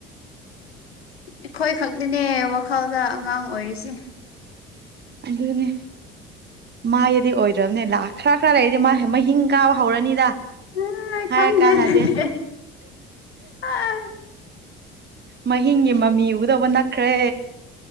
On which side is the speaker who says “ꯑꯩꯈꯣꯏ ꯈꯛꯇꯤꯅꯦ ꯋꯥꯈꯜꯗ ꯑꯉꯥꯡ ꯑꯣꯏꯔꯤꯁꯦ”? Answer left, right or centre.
Left